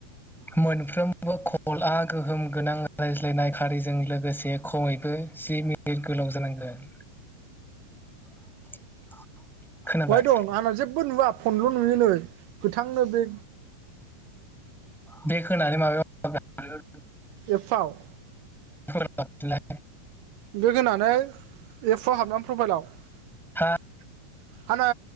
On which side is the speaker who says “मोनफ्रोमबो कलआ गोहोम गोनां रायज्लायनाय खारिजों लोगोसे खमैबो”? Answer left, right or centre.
Centre